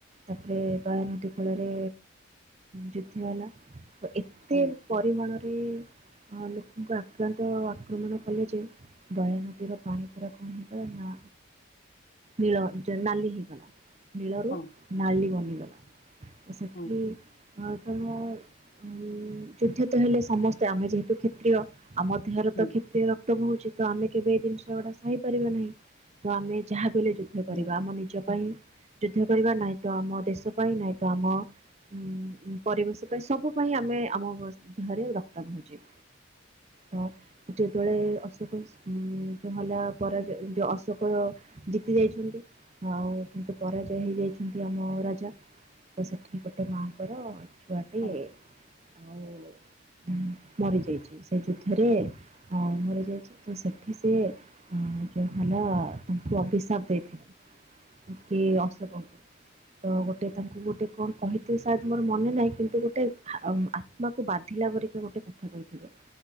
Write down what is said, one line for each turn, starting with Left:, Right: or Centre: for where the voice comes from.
Right: ତାପରେ ଦୟାାନଦୀ ଫଳରେ ଯୁଦ୍ଧ ହେଲା ତ ଏତେ
Left: ହଁ ହଁ
Right: ପରିମାଣରେ ଲୋକଙ୍କୁ ଆକ୍ରାନ୍ତ ଆକ୍ରମଣ କଲେ ଯେ ଦୟାନ ଦି ର ପାଣି ପୁରା କଣ ହେଇଗଲା ନା ନୀଳ ଜ ନାଲି ହେଇଗଲା। ନୀଳରୁ
Left: ହଁ
Right: ନାଲି ବନିଗଲା। ତ ସେଠି
Left: ହଁ
Right: ହଁ ତ ମୁଁ ଉଁ ଯୁଦ୍ଧ ତ ହେଲେ ସମସ୍ତେ ଆମେ ଯେହେତୁ କ୍ଷତ୍ରୀୟ ଆମ ଦେହରେ
Left: ହୁଁ
Right: ତ କ୍ଷତ୍ରୀୟ ରକ୍ତ ବହୁଚି ତ ଆମେ କେବେ ଜିନିଷ ଗୁଡା ସହିପାରିବା ନାହିଁ ତ ଆମେ ଯାହା ବି ହେଲେ ଯୁଦ୍ଧ କରିବା
Left: ନା
Right: ଆମ ନିଜ ପାଇଁ ଯୁଦ୍ଧ କରିବା ନାହି ତ ଆମ ଦେଶ ପାଇଁ ନାହି ତ ଆମ ଉଁ ଉଁ ପରିବେଶ ପାଇଁ ସବୁ ପାଇଁ ଆମେ ଆମ ଦେହରେ ରକ୍ତ ବହୁଚି। ତ ସେଠି ଯେତେବେଳେ ଅଶୋକ ଉଁ ଉଁ ହେଲା ପରାଜୟ ଯୋଉ ଅଶୋକ ଜିତି ଯାଇଛନ୍ତି। ଆଉ କିନ୍ତୁ ପରାଜୟ ହେଇଯାଇଛନ୍ତି ଆମ ରାଜା। ତ ସେଠି ଗୋଟେ ମାଆଙ୍କର ଛୁଆଟେ
Left: ହଁ
Right: ଆଉ ଉଁ ମରିଯାଇଛି ସେ ଯୁଦ୍ଧରେ ଅ ମରିଯାଇଛି ତ ସେଠି ସିଏ ଅଁ ଯୋଉ ହେଲା ତାଙ୍କୁ ଅଭିଶାପ ଦେଇଥିଲେ। ଉଁ କି ଅଶୋକଙ୍କୁ ତ
Left: ହୁଁ
Right: ଗୋ ଟେ ତାଙ୍କୁ ଗୋଟେ କଣ କହିଥିବେ ସାଏଦ ମୋର ମନେ ନାହିଁ କିନ୍ତୁ ଗୋଟେ ହା ଅ ଆତ୍ମାକୁ ବାଧିଲା ପରିକା ଗୋଟେ କ ଥା କହିଥିବ